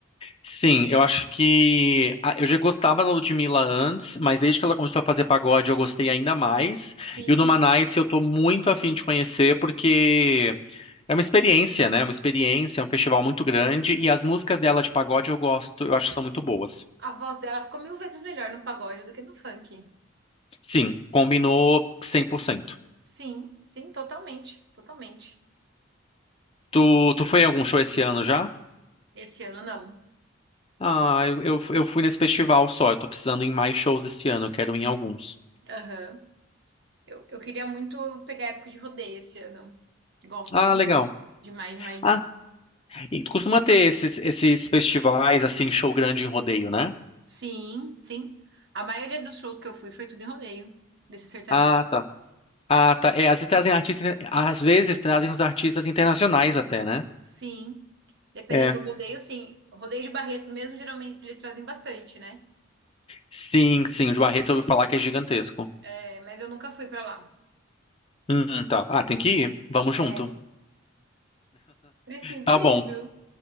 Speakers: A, on the left; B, on the right.
A: Sim, eu acho que a- eu já gostava da Ludmilla antes, mas desde que ela começou a fazer pagode eu gostei ainda mais.
B: Sim.
A: E o Numanice eu tô muito afim de conhecer, porque... É uma experiência, né? É uma experiência, é um festival muito grande e as músicas dela de pagode eu gosto, eu acho que são muito boas.
B: A voz dela ficou mil vezes melhor no pagode do que no funk.
A: Sim, combinou 100%.
B: Sim, sim, totalmente, totalmente.
A: Tu, tu foi em algum show esse ano já?
B: Esse ano não.
A: Ah, eu, eu, eu fui nesse festival só, eu tô precisando ir em mais shows esse ano, eu quero ir em alguns.
B: Aham. Eu, eu queria muito pegar a época de rodeio esse ano. Gosto
A: Ah,
B: demais.
A: legal.
B: Demais, demais, demais.
A: Ah, e tu costuma ter esses, esses festivais, assim, show grande em rodeio, né?
B: Sim, sim. A maioria dos shows que eu fui foi tudo em rodeio, desses sertanejos.
A: Ah, tá. Ah, tá. É, às vezes trazem artistas, às vezes trazem os artistas internacionais até, né?
B: Sim. Dependendo
A: É.
B: do rodeio, sim. Rodeio de Barretos mesmo, geralmente eles trazem bastante, né?
A: Sim, sim, o de Barreto eu ouvi falar que é gigantesco.
B: É, mas eu nunca fui pra lá.
A: Hum, tá. Ah, tem que ir? Vamos
B: É.
A: junto.
B: Preciso
A: Tá
B: ir,
A: bom.
B: viu?